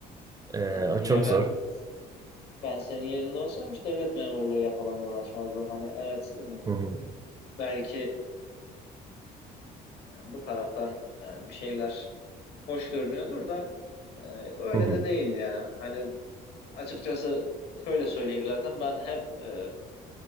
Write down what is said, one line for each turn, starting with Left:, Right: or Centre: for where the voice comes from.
Right: Ee,
Left: Ee,
Right: o çok
Left: ya ben
Right: zor.
Left: ben senin yerinde olsam hiç devlet memurluğuyla falan uğraşmazdım. Hani evet e,
Right: Hı hı,
Left: belki e, bu taraftan e, bir şeyler hoş görünüyordur da e, öyle
Right: hı hı,
Left: de değil ya. Hani Açıkçası şöyle söyleyeyim zaten ben hep e,